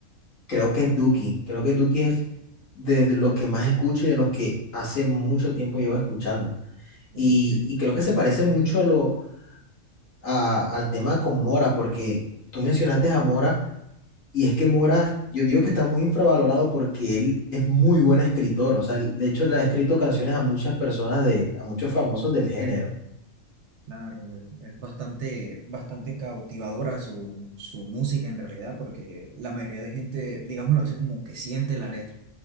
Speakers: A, on the left (about 75°); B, on the right (about 65°).
A: creo que es Duki, creo que Duki es de de los que más escucho y de los que hace mucho tiempo llevo escuchando.
B: Porque,
A: Y, y creo que se parece mucho a lo, a- al tema con Mora, porque tú mencionaste a Mora. Y es que Mora, yo digo que está muy infravalorado porque él es muy buen escritor. O sea, él- de hecho, le ha escrito canciones a muchas personas de, a muchos famosos del género.
B: claro, y es es bastante, bastante cautivadora su, su música en realidad, porque la mayoría de gente, digámoslo así, como que siente la letra,